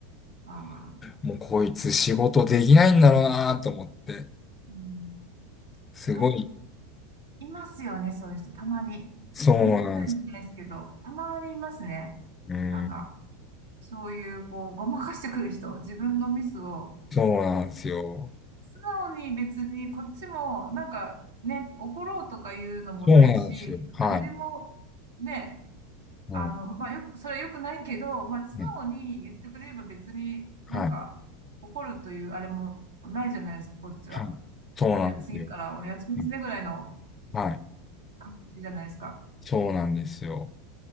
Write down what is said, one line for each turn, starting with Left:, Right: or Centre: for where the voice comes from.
Right: う、ああ、
Left: もうこいつ仕事できないんだろうなと思って、
Right: うん。
Left: すごい、
Right: 考いますよね、そういう人。たまに。
Left: そうなんです。
Right: めったにいないですけど、たまにいますね。
Left: うん
Right: なんか、そういう、こう、ごまかしてくる人、自分のミスを、
Left: そうなんですよ。
Right: 素直に別にこっちも、なんかね、怒ろうとかいうのもないし、
Left: そうなんですよ。はい。
Right: 誰でも、ね、
Left: うん。
Right: あの、まあ、よく、それは良くないけど、まあ、素直に言ってくれれば別になんか、
Left: ね。はい。
Right: 怒るというあれもないじゃないですか、こっちは。
Left: はい。そうなんですよ。
Right: あ、じゃあ次からお願いしますね、
Left: はい。
Right: ぐらいの
Left: はい
Right: 感じじゃないですか。
Left: そうなんですよ。